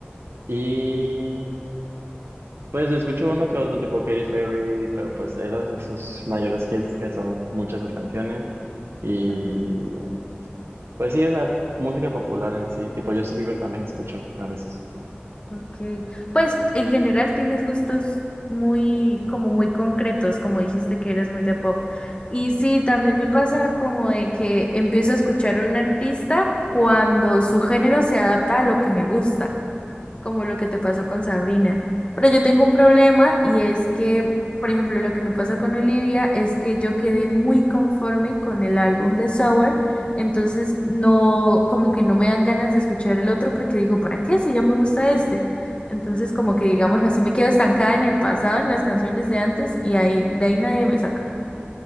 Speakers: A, on the right; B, on the left.
A: Y pues escucho uno que otro tipo Katy Perry, pero pues esas son sus mayores hits que son muchas sus canciones y
B: ujú,
A: pues sí, o sea, música popular en sí, tipo Justin Bieber también escucho a veces.
B: ok. Pues en general tienes gustos muy, como muy concretos, como dijiste que eres muy de pop. Y sí, también me pasa como de que empiezo a escuchar a un artista cuando su género se adapta a lo que me gusta. como lo que te pasó con Sabrina. Pero yo tengo un problema y es que, por ejemplo, lo que me pasa con Olivia es que yo quedé muy conforme con el álbum de Sour, entonces no, como que no me dan ganas de escuchar el otro porque digo, ¿para qué si ya me gusta este? Entonces, como que digamos así, me quedo estancada en el pasado, en las canciones de antes y ahí, de ahí nadie me saca.